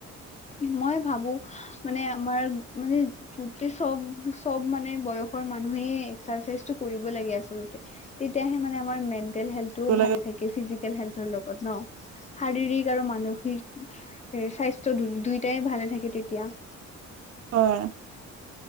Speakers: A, on the left; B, on the right.
A: <unintelligible> মই ভাবো মানে আমাৰ মানে গোটেই চব চব মানে, দেশৰ মানুহে এক্সাৰচাইজটো কৰিব লাগে আচলতে, তেতিয়াহে মানে আমাৰ মেন্তে - হেল্থটো
B: অ
A: ভালে থাকে, ফিজিকেল হেল্থৰ লগত ন। শাৰীৰিক আৰু মানসিক স্বাস্থ্য দুয়োটাই ভালে থাকে তেতিয়া <unintelligible>
B: আহ <inaudible>